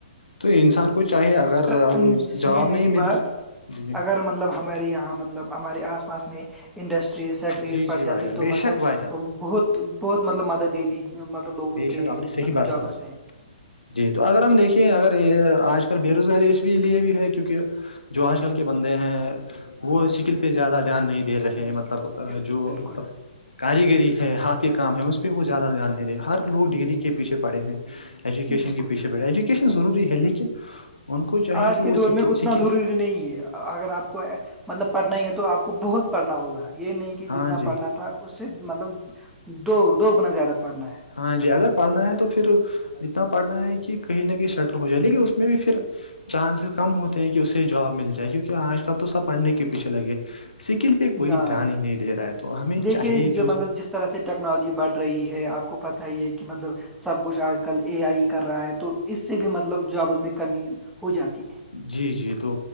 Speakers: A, on the left; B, in the centre.
A: تو انسان کو چاہے اگر ا
B: ان- سنیے
A: جواب
B: میری
A: نہیں مل
B: بات
A: جی جی
B: اگر مطلب ہمارے یہاں مطلب ہمارے آس پاس میں انڈسٹریز فیکٹریز
A: جی
B: پڑ
A: جی
B: جاتی
A: بھائی جان
B: تو
A: بے
B: مطلب
A: شک بھائی جان
B: بہت بہت مطلب مدد دیتی مطلب لوگوں
A: بے
B: کے
A: شک آپ نے صحیح
B: مطلب
A: بات
B: جابس
A: فرمائی
B: میں
A: جی تو اگر ہم دیکھیے اگر آج کل بے روزگاری اس لیے بھی ہے کیونکہ جو آج کل کے بندے ہیں وہ اسکل پہ زیادہ دھیان نہیں دے رہے مطلب
B: بالکل
A: جو
B: بالکل
A: مطلب کاریگری ہے ہاتھ کے کام ہے اس پہ وہ زیادہ اار نہیں رہے ہر لوگ ڈگری کے پیچھے پڑھے ہیں ایجوکیشن
B: بالکل
A: کے پیچھے
B: بالکل
A: پڑے ایجوکیشن ضروری ہے لیکن ان کو چاہیے
B: آج
A: کہ
B: کے
A: وہ
B: دور
A: سک
B: میں اتنا
A: سک
B: ضروری نہیں ہے اگر آپ کو مطلب پڑھنا ہی ہے تو آپ کو بہت پڑھنا ہوگا یہ نہیں کہ
A: ہاں
B: جتنا
A: جی
B: پڑھنا
A: تو
B: تھا اس سے مطلب دو دو گنا زیادہ پڑھنا ہے
A: ہاں جی اگر پڑھنا ہے تو پھر اتنا پڑھنا ہے کہ کہیں نہ کہیں شٹر ہو جائے لیکن اس میں بھی پھر چانسز کم ہوتے ہیں کہ اسے جاب مل جائے کیونکہ آج کل تو سب پڑھنے کے پیچھے لگے سکل پہ
B: ہے
A: کوئی
B: نہ
A: دھیان ہی نہیں دے رہا ہے تو ہمیں
B: دیکھیے
A: چاہے جو
B: مطلب جس طرح سے ٹیکنالوجی بڑھ رہی ہے آپ کو پتا ہی ہے کہ مطلب سب کچھ آج کل اے آئی کر رہا ہے تو اس سے بھی مطلب جاب اس میں کمی ہو جاتی ہے
A: جی جی تو